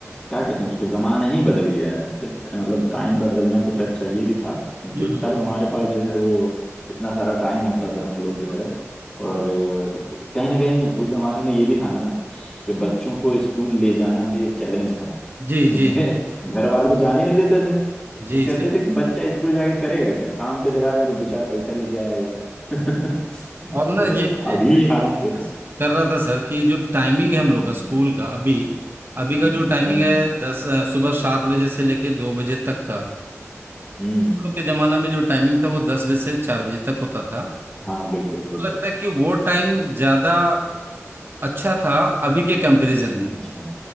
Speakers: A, on the left; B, on the right.
A: क्या कहते हैं उसको जमाना ही बदल गया है सिर्फ मतलब टाइम बदलना तो खैर चाहिए भी था क्योंकि
B: हम्म
A: तब हमारे पास जो है वो इतना सारा टाइम होता था हम लोग जो है और अ, कहीं ना कहीं उस जमाने में ये भी था ना कि बच्चों को स्कूल ले जाना भी एक चैलेंज था
B: जी
A: क्योंकि
B: जी
A: <laughs>
B: जी
A: घर वाले जाने नहीं देते थे
B: जी
A: वो कहते
B: सही
A: थे कि बच्चा स्कूल जाके करेगा क्या काम पे जाएगा तो दो चार पैसा लेके आएगा <laughs> तो
B: और ना ये मैं
A: अभी
B: मैं focus
A: हालांकि
B: कर रहा था सर कि जो टाइमिंग है हम लोग
A: हम्म
B: का स्कूल का अभी अभी का
A: हम्म
B: जो टाइमिंग
A: हम्म
B: है दस अ, सुबह सात बजे से लेके दो बजे तक का हम
A: हम्म।
B: लोग के जमाना में जो टाइमिंग था वो दस बजे से चार बजे तक होता था
A: हाँ बिल्कुल बिल्कुल
B: तो लगता है कि वो टाइम ज्यादा अच्छा था अभी के कंपैरिजन में
A: अच्छा